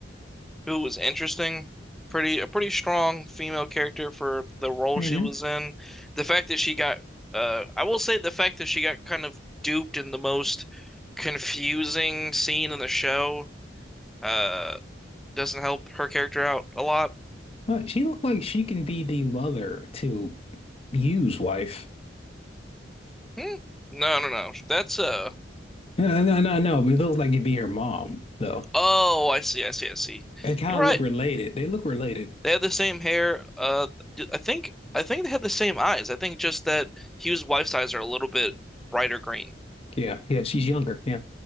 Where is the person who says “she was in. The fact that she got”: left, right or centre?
Centre